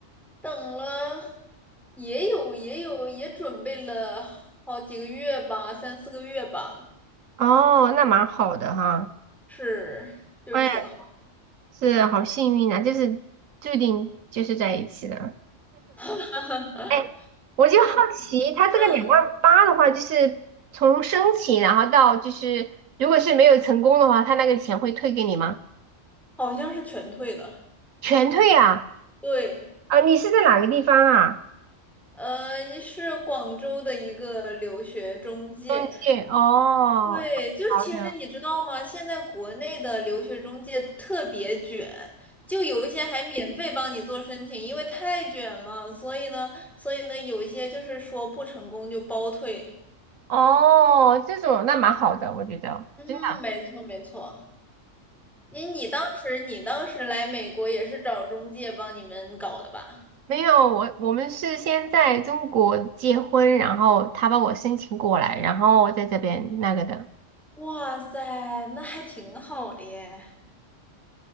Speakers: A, in the centre; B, on the right.
A: 等了也有也有也准备了好几个月吧，三四个月吧。
B: 哦，那蛮好的哈。
A: 是，就是挺好。
B: 哎呀，是好幸运啊，就是注定就是在一起的。
A: <laughs>
B: 哎，我就好奇，
A: 我
B: 他这个两万八的话，
A: 嗯，
B: 就是从申请，然后到就是如果是没有成功的话，他那个钱会退给你吗？
A: 好像是全退的。
B: 全退啊？
A: 对，
B: 啊，你是在哪个地方啊？
A: 呃，是广州的一个留学中介。
B: 中介哦，
A: 对，就是其实你知道吗？
B: 好的，
A: 现在国内的留学中介特别卷，就有一些还免费帮你做申请，因为太卷了，所以呢，所以呢，有一些就是说不成功就包退。
B: 哦，这种那蛮好的，我觉得真的。
A: 嗯，没错没错。你你当时你当时来美国也是找中介帮你们搞的吧？
B: 没有，我我们是先在中国结婚，然后他把我申请过来，然后我在这边那个的，
A: 哇塞，那还挺好的耶，